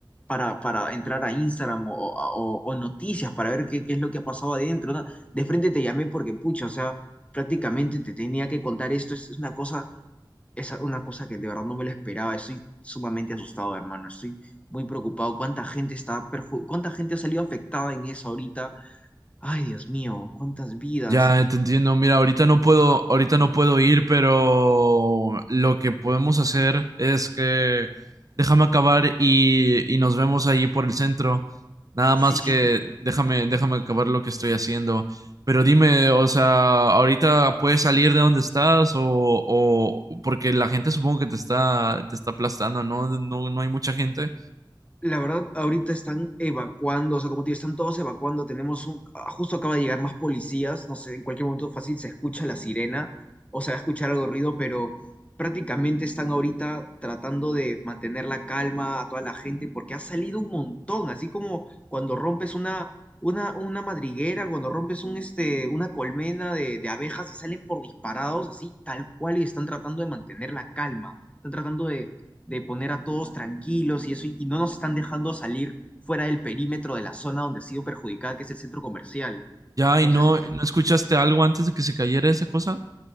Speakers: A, on the left (about 15°); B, on the right (about 45°).
A: para, para entrar a Instagram o, o- o o noticias para ver qué, qué es lo que ha pasado adentro. ¿no? De frente te llamé porque, pucha, o sea, prácticamente te tenía que contar esto, es es una cosa es una cosa que de verdad no me lo esperaba. Estoy sumamente asustado, hermano. Estoy muy preocupado. ¿Cuánta gente está perju- ¿Cuánta gente ha salido afectada en eso ahorita? Ay, Dios mío, cuántas vidas.
B: Ya te entiendo. Mira, ahorita no puedo, ahorita no puedo ir, pero lo que podemos hacer es que déjame acabar y, y nos vemos ahí por el centro. Nada
A: Sí,
B: más
A: sí,
B: que
A: sí.
B: déjame, déjame acabar lo que estoy haciendo. Pero dime, o sea, ahorita puedes salir de donde estás o, o porque la gente supongo que te está, te está aplastando, ¿no? No, no hay mucha gente.
A: La verdad, ahorita están evacuando, o sea, como te digo, están todos evacuando. Tenemos un, ah, justo acaba de llegar más policías, no sé, en cualquier momento fácil se escucha la sirena o se va a escuchar algo de ruido, pero prácticamente están ahorita tratando de mantener la calma a toda la gente porque ha salido un montón, así como cuando rompes una, una, una madriguera, cuando rompes un, este, una colmena de, de abejas y salen por disparados, así tal cual y están tratando de mantener la calma, están tratando de de poner a todos tranquilos y eso, y no nos están dejando salir fuera del perímetro de la zona donde ha sido perjudicada, que es el centro comercial.
B: Ya,
A: Entonces,
B: y no, ¿no escuchaste algo antes de que se cayera esa cosa?